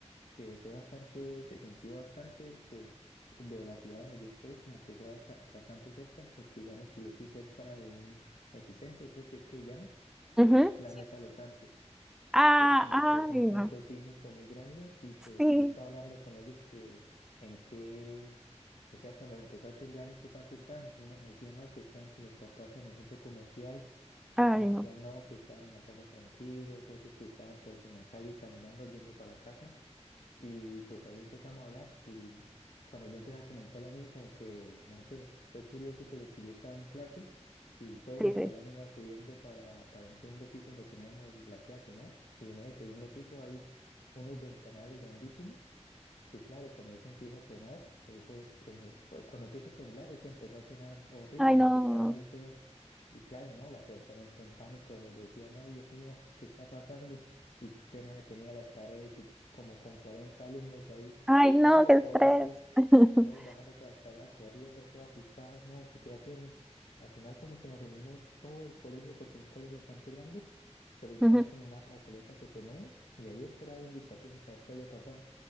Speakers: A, on the left; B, in the centre.
A: que fue bastante, se sintió bastante, pues, de la ciudad donde yo estoy, como que fue bata- bastante cerca, porque digamos que yo estoy cerca de un epicentro, creo que es que llama, que
B: Ujú,
A: es la
B: sí.
A: Mesa de los Santos.
B: Ah,
A: Entonces, como
B: ay,
A: que es un punto
B: no.
A: sísmico muy grande y pues
B: Sí.
A: yo estaba hablando con ellos que en qué, o sea, cuando empezó a temblar, en qué parte están. Unos me decían, no, que están con los papás en el centro comercial,
B: Ay,
A: otros me decían,
B: no.
A: no, que estaban en la casa tranquilos, otros que estaban pues en la calle caminando, yendo para la casa. Y pues ahí empezamos a hablar y cuando yo empecé a comentar lo mío, como que, no sé, fue curioso por lo que yo estaba en clase y todo
B: Sí,
A: mi salón
B: sí.
A: iba subiendo para, para un segundo piso donde teníamos el- la clase, ¿no? Y en ese segundo piso hay unos ventanales grandísimos que claro, cuando eso empieza a sonar, esos, eh, cu- cuando empieza a temblar, eso empezó a sonar horrible,
B: Ay,
A: se
B: no.
A: escuchaba muy feo. Y claro, no, la persona entró en pánico, y decía, no, Dios mío, ¿qué está pasando? Y apenas detenía las paredes y como con 40 alumnos ahí.
B: Ay, no,
A: Claro,
B: qué estrés.
A: todos,
B: <laughs>
A: todos bajando por la escalera, corriendo, todos asustados, no, ¿qué, qué hacemos? Al final como que nos reunimos todo el colegio, porque es un colegio bastante grande, se reunió
B: Ujú.
A: ahí como una plazoleta que tenemos y ahí esperaba indicaciones a ver qué había pasado.